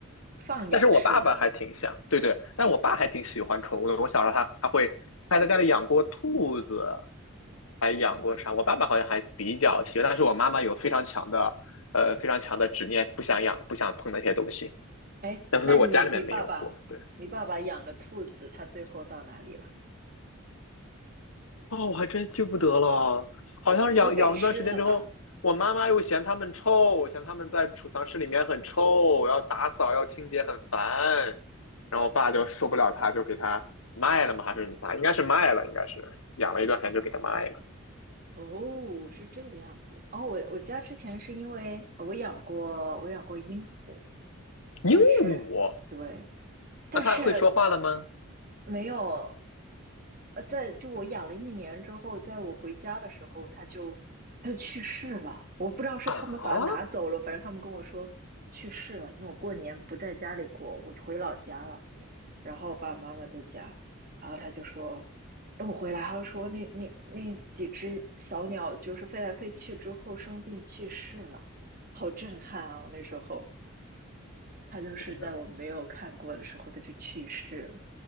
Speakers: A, on the right; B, on the left.
A: 放养式的。
B: 但是我爸爸还挺像，对对，但我爸还挺喜欢宠物的。我小时候他他会他在家里养过兔子，还养过啥？我爸爸好像还比较喜欢，但是我妈妈有非常强的呃非常强的执念，不想养不想碰那些东西，
A: 哎，
B: 但所以我家里面没有过。
A: 那你你爸爸，
B: 对
A: 你爸爸养的兔子，它最后到哪里了？
B: 哦，我还真记不得了，好像是养养了段时间之后，
A: 不是被吃了吧？
B: 我妈妈又嫌它们臭，嫌它们在储藏室里面很臭，要打扫要清洁很烦，然后我爸就受不了它，就给它卖了嘛，还是啥？应该是卖了，应该是养了一段时间就给它卖了。
A: 哦，是这个样子。哦，我我家之前是因为呃我养过我养过鹦鹉，
B: 鹦鹉，
A: 但是对，但是
B: 那它会说话了吗？
A: 没有。呃，在就我养了一年之后，在我回家的时候，它就它就去世了。我不知道是他们把它拿走了，
B: 啊，
A: 反正他们跟我说去世了。因为我过年不在家里过，我回老家了，然后爸爸妈妈在家，然后他就说等我回来，他就说那那那几只小鸟就是飞来飞去之后生病去世了，好震撼啊！我那时候，它就是在我没有看过的时候，
B: 天呐，
A: 它就去世了。